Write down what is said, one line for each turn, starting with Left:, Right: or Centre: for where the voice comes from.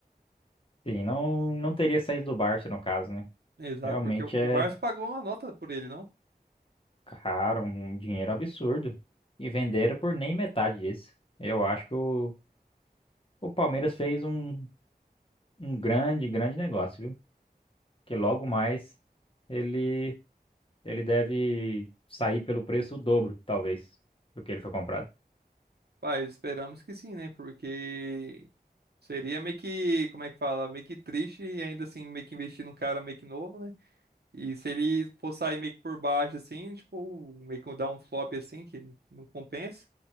Left: sim, não, não teria saído do Barça, no caso, né?
Right: Exato,
Left: Realmente
Right: porque o,
Left: é
Right: o Barça pagou uma nota por ele, não?
Left: caro, um dinheiro absurdo. E venderam por nem metade disso. Eu acho que o, o Palmeiras fez um, um grande, grande negócio, viu? Que logo mais ele, ele deve sair pelo preço o dobro, talvez, do que ele foi comprado.
Right: Pai, esperamos que sim, né? Porque seria meio que, como é que fala? Meio que triste e ainda assim meio que investir num cara meio que novo, né? E se ele for sair meio que por baixo, assim, tipo, meio que dar um flop assim, que não compensa,